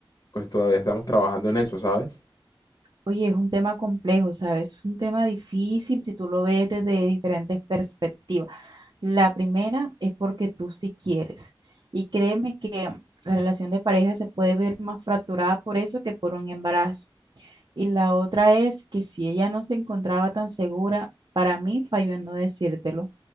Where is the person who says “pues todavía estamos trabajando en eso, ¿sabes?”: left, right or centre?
Left